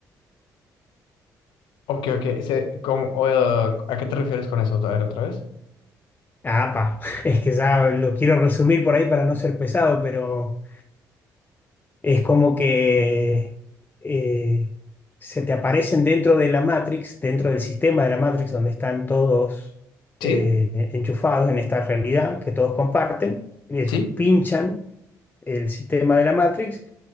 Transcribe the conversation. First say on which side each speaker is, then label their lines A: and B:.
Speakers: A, on the left; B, on the left.
A: ok, ok, ese, como, o, eh, ¿a qué te refieres con eso? A ver, otra vez.
B: Ah, pa. <laughs> es que ya lo quiero resumir por ahí para no ser pesado, pero es como que eh, se te aparecen dentro de la Matrix, dentro del sistema de la Matrix, donde están todos
A: Sí,
B: eh, enchufados en esta realidad que todos comparten. Ellos
A: sí.
B: pinchan el sistema de la Matrix